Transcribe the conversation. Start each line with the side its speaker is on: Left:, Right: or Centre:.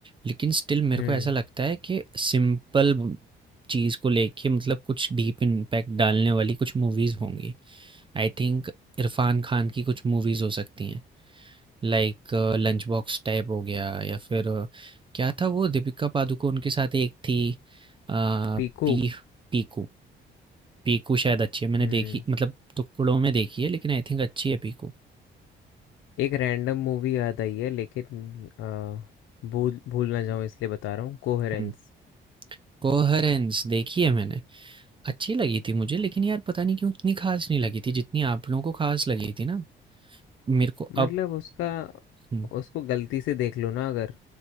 Right: लेकिन स्टिल मेरे
Left: हम्म
Right: को ऐसा लगता है कि सिंपल चीज को लेके मतलब कुछ डीप इम्पैक्ट डालने वाली कुछ मूवीज होंगी आई थिंक इरफान खान की कुछ मूवीज हो सकती हैं लाइक लंच बॉक्स टाइप हो गया या फिर अ, क्या था वो दीपिका पादुकोण के साथ एक थी अ,
Left: पीकू
Right: पी पीकू पीकू शायद अच्छी है मैंने
Left: हम्म
Right: देखी मतलब टुकड़ों में देखी है लेकिन आई थिंक अच्छी है पीकू
Left: एक रैंडम मूवी याद आई है लेकिन अ, भूल भूल ना जाऊँ इसलिए बता रहा हूँ कोहेरेंस
Right: हम्म कोहरेंस देखी है मैंने अच्छी लगी थी मुझे, लेकिन यार पता नहीं क्यों उतनी ख़ास नहीं लगी थी, जितनी आप लोगों को ख़ास लगी थी ना। मेरे को
Left: मतलब
Right: अब
Left: उसका
Right: हुँ,
Left: उसको गलती से देख लो ना अगर